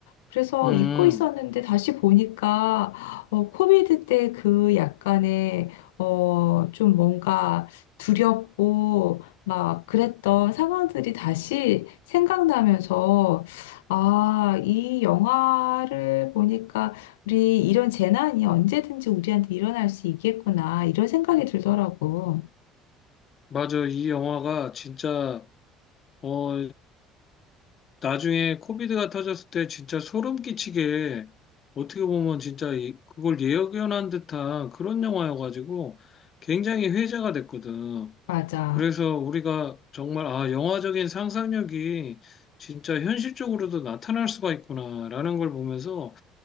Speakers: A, on the left (about 80°); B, on the left (about 45°).
A: 그래서
B: 음.
A: 잊고 있었는데 다시 보니까 어, 코비드 때 그 약간의 어, 좀 뭔가 두렵고 막 그랬던 상황들이 다시 생각나면서 아, 이 영화를 보니까 우리 이런 재난이 언제든지 우리한테 일어날 수 있겠구나 이런 생각이 들더라고.
B: 맞아. 이 영화가 진짜, 어, 나중에 코비드가 터졌을 때 진짜 소름 끼치게 어떻게 보면 진짜 이- 그걸 예견한 듯한 그런 영화여가지고 굉장히 회자가 됐거든.
A: 맞아.
B: 그래서 우리가 정말, 아, 영화적인 상상력이 진짜 현실적으로도 나타날 수가 있구나라는 걸 보면서